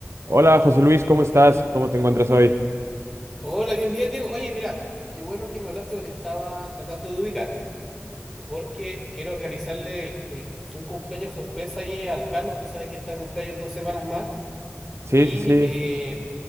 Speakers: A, on the right (about 80°); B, in the centre.
A: Hola José Luis, ¿cómo estás? ¿Cómo te encuentras hoy?
B: Hola, bien, bien, Diego. Oye, mira, qué bueno que me hablaste porque te estaba tratando de ubicar, porque quiero organizarle el- el- un cumpleaños sorpresa ahí al Carlos. Tú sabes que está de cumpleaños en dos semanas más.
A: Sí,
B: Y
A: sí, sí,
B: eh,